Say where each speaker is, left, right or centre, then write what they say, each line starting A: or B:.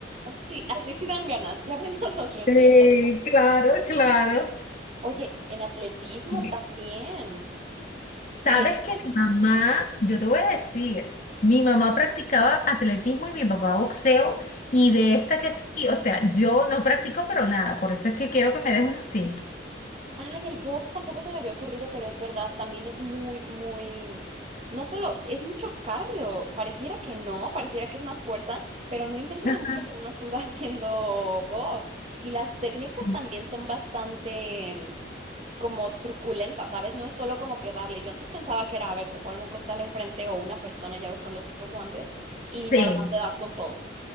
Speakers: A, on the right; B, on the left.
A: Sí, así sí dan ganas, ya viendo <laughs> los resultados.
B: Sí, claro, claro.
A: Oye, en atletismo
B: Dime,
A: también.
B: ¿Sabes
A: Y eso
B: que
A: bastante-
B: mi mamá, yo te voy a decir, mi mamá practicaba atletismo y mi papá boxeo y de esta que está aquí, o sea, yo no practico pero nada, por eso es que quiero que me des unos tips.
A: Ay, el box tampoco se me había ocurrido, pero es verdad, también es muy, muy. No solo, es mucho cardio. Pareciera que no, pareciera que es más fuerza, pero no inventes
B: Ajá.
A: lo mucho que uno suda <laughs> haciendo box. Y las técnicas
B: Ujú.
A: también son bastante. como truculenta, ¿sabes? No es solo como que darle. Yo antes pensaba que era, a ver, te ponen un costal enfrente o una persona, ya ves, con los estos guantes y
B: Sí,
A: nada más te das con todo.